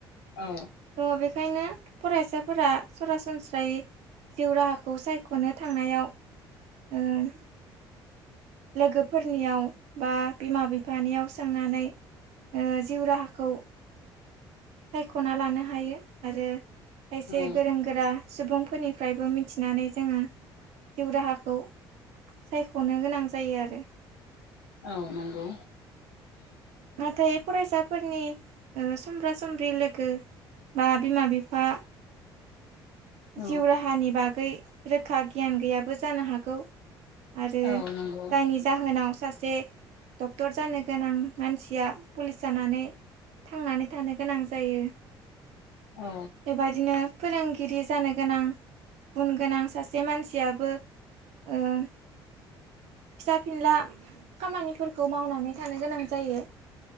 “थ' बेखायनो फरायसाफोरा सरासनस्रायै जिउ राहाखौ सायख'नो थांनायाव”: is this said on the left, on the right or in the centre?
Right